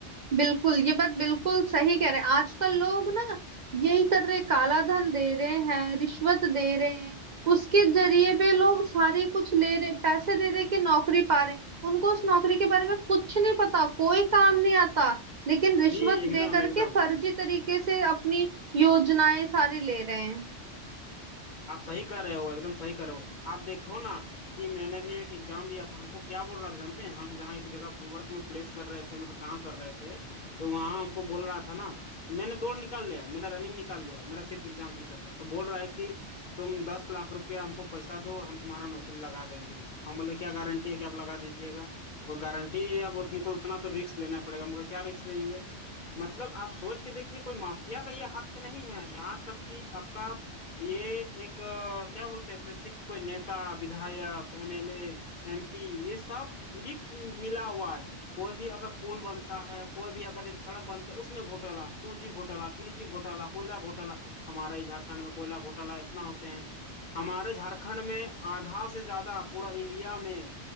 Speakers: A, on the right; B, on the left.
A: बिल्कुल ये बात बिल्कुल सही कह रहे हैं आजकल लोग ना यही कर रहे काला धन दे रहे हैं रिश्वत दे रहे हैं उसके जरिए पे लोग सारे कुछ ले रहे पैसे दे दे के नौकरी पा रहे उनको उस नौकरी के बारे में कुछ नहीं पता कोई काम नहीं आता लेकिन रिश्वत
B: जी एकदम
A: दे करके
B: एकदम
A: फर्जी तरीके से अपनी योजनाएं सारी ले रहे हैं
B: आप सही कर रहे हो एकदम सही कर रहे हो आप देखो ना कि मैंने भी एक एग्जाम दिया था हमको क्या बोल रहा था जानते हैं हम जहाँ एक जगह वर्क में प्लेस कर रहे थे मतलब काम कर रहे थे तो वहाँ हमको बोल रहा था ना मैंने दौड़ निकाल लिया मैंने रनिंग निकाल लिया मेरा सिर्फ एग्जाम बचा था तो बोल रहा है कि तुम दस लाख रुपया हमको पैसा दो हम तुम्हारा नौकरी लगा देंगे हम बोले क्या गारंटी है कि आप लगा दीजिएगा वो गारंटी है अब वो तुमको उतना तो रिस्क लेना पड़ेगा हमको क्या रिस्क लेंगे मतलब आप सोच के देखिए कोई माफिया का ये हाथ नहीं है यहाँ तक कि आपका ये एक अ, क्या बोलते हैं स्पेसिफिक कोई नेता विधायक एमएलए एमपी ये सब लिप्त मिला हुआ है कोई भी अगर पुल बनता है कोई भी अगर जैसे सड़क बनते है उसमें घोटाला टू जी घोटाला थ्री जी घोटाला कोयला घोटाला हमारे ही झारखंड में कोयला घोटाला इतना होते हैं हमारे झारखंड में आधा से ज्यादा पूरा इंडिया में